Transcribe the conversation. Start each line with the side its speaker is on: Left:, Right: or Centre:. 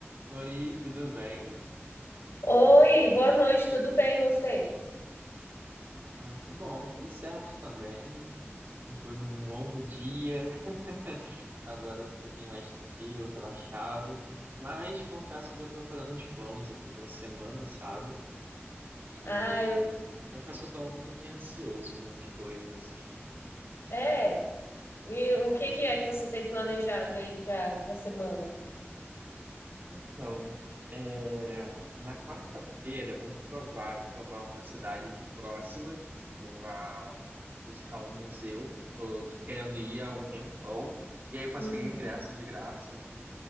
Right: Oi, tudo bem?
Left: Oi, boa noite, tudo bem você?
Right: Ah, que bom, tudo certo também. Depois de um longo dia, <laughs> agora eu tô um pouquinho mais tranquilo, relaxado. Mas confesso que já tô fazendo uns planos aqui pra semana, sabe? E
Left: Ah, eu.
Right: eh, confesso que eu tô um pouquinho ansioso com algumas coisas, assim.
Left: É. E o que que é que você tem planejado aí pra, pra semana?
Right: Então, é, na quarta-feira é muito provável que eu vá a uma cidade aqui próxima, que eu vá visitar um museu, que eu tô, tipo, querendo ir há um tempão. E aí eu consegui
Left: Uhum.
Right: um ingresso de graça,